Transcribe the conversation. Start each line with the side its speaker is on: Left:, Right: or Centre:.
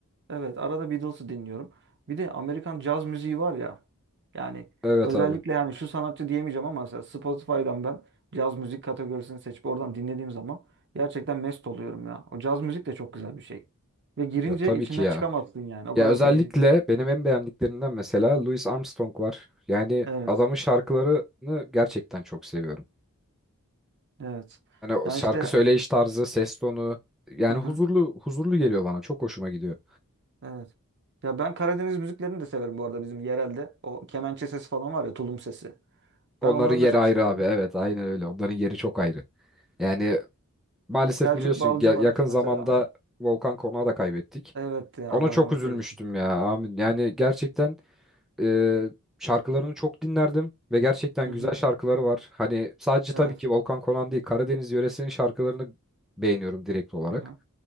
Right: evet arada Beatles'ı dinliyorum. Bir de Amerikan caz müziği var ya. Yani
Centre: Evet
Right: özellikle
Centre: abi.
Right: yani şu sanatçı diyemeyeceğim ama mesela Spotify'dan ben caz müzik kategorisini seçip oradan dinlediğim zaman gerçekten mest oluyorum ya. O caz müzik de çok güzel bir şey. Ve girince
Centre: Ya tabii
Right: içinden
Centre: ki ya.
Right: çıkamazsın yani. O
Centre: Ya
Right: kadar
Centre: özellikle
Right: beğeni.
Centre: benim en beğendiklerimden mesela Louis Armstrong var. Yani
Right: Evet.
Centre: adamın şarkılarını gerçekten çok seviyorum.
Right: Evet.
Centre: Hani o
Right: Yani
Centre: şarkı
Right: işte
Centre: söyleyiş tarzı, ses tonu yani
Right: hı hı.
Centre: huzurlu huzurlu geliyor bana. Çok hoşuma gidiyor.
Right: Evet. Ya ben Karadeniz müziklerini de severim bu arada bizim yerelde. O kemençe sesi falan var ya tulum sesi.
Centre: Onların
Right: Ben onları
Centre: yeri
Right: da çok
Centre: ayrı
Right: seviyorum.
Centre: abi. Evet, aynen öyle. Onların yeri çok ayrı. Yani maalesef
Right: Selçuk
Centre: biliyorsun
Right: Balcı
Centre: ya-
Right: var
Centre: yakın
Right: mesela.
Centre: zamanda Volkan Konak'ı da kaybettik.
Right: Evet ya
Centre: Ona
Right: Allah
Centre: çok
Right: rahmet
Centre: üzülmüştüm
Right: eylesin.
Centre: ya. Amin. Yani gerçekten e, şarkılarını çok dinlerdim ve gerçekten
Right: Hı hı.
Centre: güzel şarkıları var. Hani sadece
Right: Evet.
Centre: tabii ki Volkan Konak değil, Karadeniz yöresinin şarkılarını beğeniyorum direkt olarak.
Right: Hı hı.